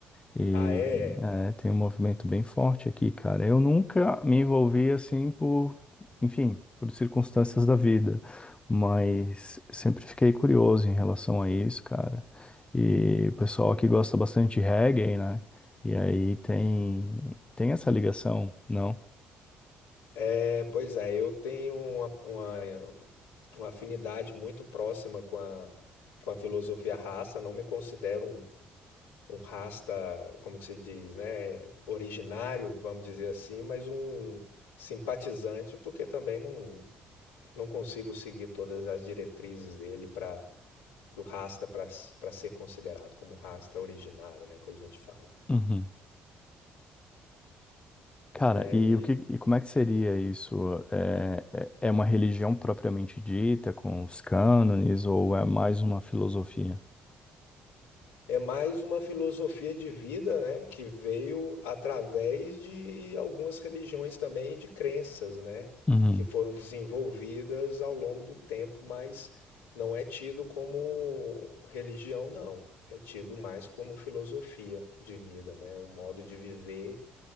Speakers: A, on the left (about 20°); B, on the left (about 75°).
A: e
B: Ah, é?
A: é, tem um movimento bem forte aqui, cara. Eu nunca me envolvi assim por, enfim, por circunstâncias da vida, mas sempre fiquei curioso em relação a isso, cara. E o pessoal aqui gosta bastante de reggae, né? E aí tem, tem essa ligação, não?
B: É, pois é, eu tenho uma, uma, uma afinidade muito próxima com a, com a filosofia raça, não me considero um, um rasta, como que se diz, né, originário, vamos dizer assim, mas um simpatizante, porque também não, não consigo seguir todas as diretrizes dele para do rasta para para ser considerado como rasta originário, né, que a gente fala,
A: Uhum. Cara,
B: né?
A: e
B: E,
A: o que, e como é que seria isso? É, é é uma religião propriamente dita, com os cânones, ou é mais uma filosofia?
B: É mais uma filosofia de vida, né, que veio através de algumas religiões também, de crenças, né,
A: Uhum.
B: que foram desenvolvidas ao longo do tempo, mas não é tido como religião, não. É tido mais como filosofia de vida, né, o modo de viver